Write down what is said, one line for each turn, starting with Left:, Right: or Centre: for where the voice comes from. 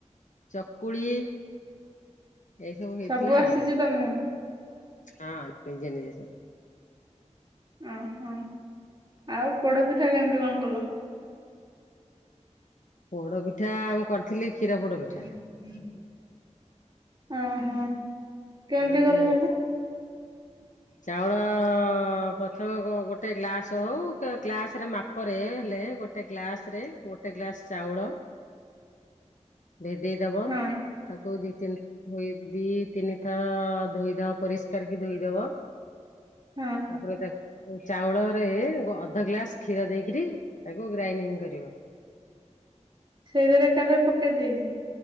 Left: ଚକୁଳି ଏଇ ହେଇଥିଲା
Right: ସବୁ ଆସିଚି
Left: ଆଉ
Right: ତମକୁ?
Left: ହଁ ନିଜେ ନିଜେ ସବୁ।
Right: ଓ ହୋ। ଆଉ ପୋଡ ପିଠା କେମିତି କଣ କଲ?
Left: ପୋଡ ପିଠା ମୁଁ କରିଥିଲି। କ୍ଷୀର ପୋଡ ପିଠା
Right: <inaudible> ଅ ହଁ। କେମିତି
Left: ଆମେ
Right: କଲୁ ଗଇଲ?
Left: ଚାଉଳ ପ୍ରଥମେ ଗୋଟେ ଗ୍ଲାସ ହଉ ଗ୍ଲାସ ରେ ମାପରେ ହେଲେ ଗୋଟେ ଗ୍ଲାସ ରେ ଗୋଟେ ଗ୍ଲାସ ଚାଉଳ ଭେଦେଇ ଦବ
Right: ହଁ
Left: ତାକୁ ଦିଇ ତିନି ଦିଇ ତିନି ଥା ଧୋଇଦବ ପରିଷ୍କାର କି ଧୋଇଦବ
Right: ହଁ
Left: ତାପରେ ତାକୁ ଚାଉଳରେ ଅଧ ଗ୍ଲାସ କ୍ଷୀର ଦେଇକରି ତାକୁ ଗ୍ରାଇଣ୍ଡିଙ୍ଗ କରିବ।
Right: ସେଇଥିରେ ଏକାଥ ରେ ପକେଇ ଦେଇ